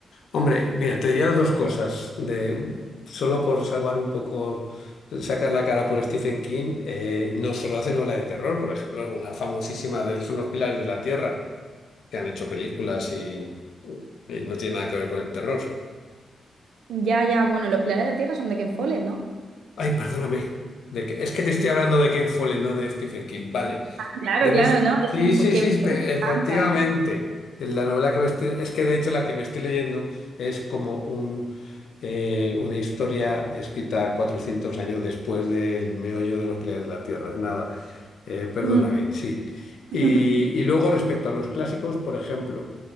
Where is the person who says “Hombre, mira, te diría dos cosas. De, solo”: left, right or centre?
Left